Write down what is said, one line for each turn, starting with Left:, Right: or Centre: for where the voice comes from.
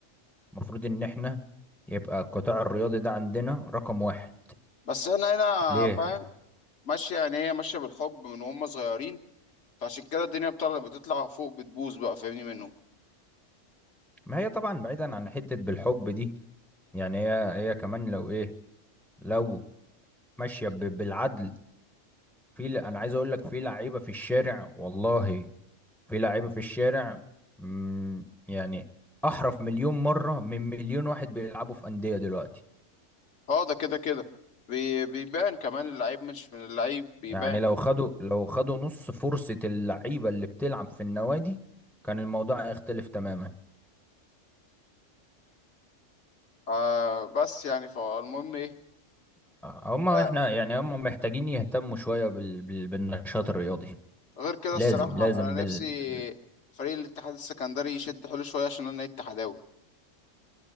Centre: المفروض ان احنا يبقى القطاع الرياضي ده عندنا رقم واحد
Left: بس انا هنا
Centre: ليه
Left: فاهم ماشيه يعني هي ماشيه بالحب من وهم صغيرين فعشان كده الدنيا بتطلع بتطلع فوق بتبوظ بقى فاهمني منهم
Centre: ما هي طبعا بعيدا عن حتة بالحب دي يعني هي هي كمان لو ايه لو ماشية ب- بالعدل في ل- انا عايز اقول لك في لعيبة في الشارع والله في لعيبة في الشارع مم، يعني احرف مليون مرة من مليون واحد بيلعبوا في أندية دلوقتي
Left: اه ده كده كده بي... بيبان كمان اللعيب مش من اللعيب بيبان
Centre: يعني لو خدوا لو خدوا نص فرصة اللعيبة اللي بتلعب في النوادي كان الموضوع هيختلف تماما
Left: آه بس يعني فالمهم ايه
Centre: هما
Left: آه،
Centre: احنا يعني هما محتاجين يهتموا شوية بال... بال... بالنشاط الرياضي
Left: غير كده
Centre: لازم
Left: الصراحة
Centre: لازم
Left: أنا
Centre: بال...
Left: نفسي فريق الاتحاد السكندري يشد حلو شوية عشان أنا اتحداوي